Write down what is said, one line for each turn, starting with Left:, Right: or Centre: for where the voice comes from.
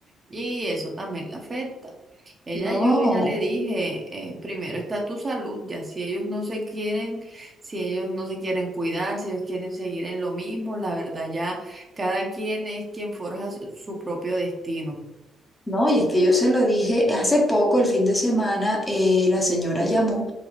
Right: Y eso también le afecta. Ella,
Left: no,
Right: yo ya le dije, eh, primero está tu salud, ya si ellos no se quieren, si ellos no se quieren cuidar, si ellos quieren seguir en lo mismo, la verdad ya cada quien es quien forja su su propio destino.
Left: no, y es que yo se lo dije hace poco, el fin de semana, eh, la señora llamó,